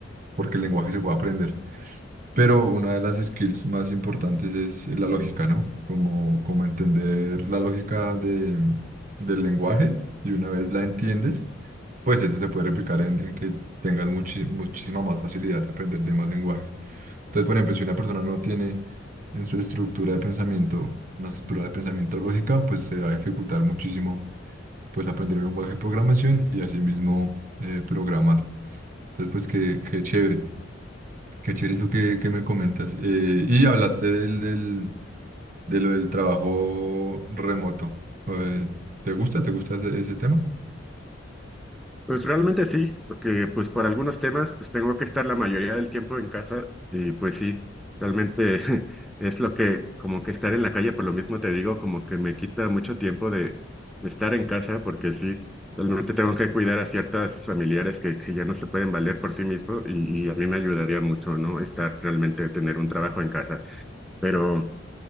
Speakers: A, on the right; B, in the centre.
A: porque el lenguaje se puede aprender Pero una de las skills más importantes es eh, la lógica, ¿no? Como, como entender la lógica de- del lenguaje y una vez la entiendes, pues eso se puede replicar en, en que tengas muchi- muchísima más facilidad de aprender demás lenguajes. Entonces, por ejemplo, si una persona no tiene en su estructura de pensamiento una estructura de pensamiento lógica, pues se va a dificultar muchísimo pues aprender el lenguaje de programación y asimismo eh, programar. Entonces, pues qué, qué chévere. Qué chévere eso que, que me comentas. Eh, y hablaste del, del- de lo del trabajo remoto. Eh, ¿te gusta? ¿Te gusta ese, ese tema?
B: Pues realmente sí, porque pues por algunos temas pues tengo que estar la mayoría del tiempo en casa y pues sí, realmente <laughs> es lo que como que estar en la calle, por lo mismo te digo, como que me quita mucho tiempo de, de estar en casa porque sí, realmente tengo que cuidar a ciertas familiares que, que ya no se pueden valer por sí mismos y, y a mí me ayudaría mucho, ¿no? Estar realmente, tener un trabajo en casa, pero...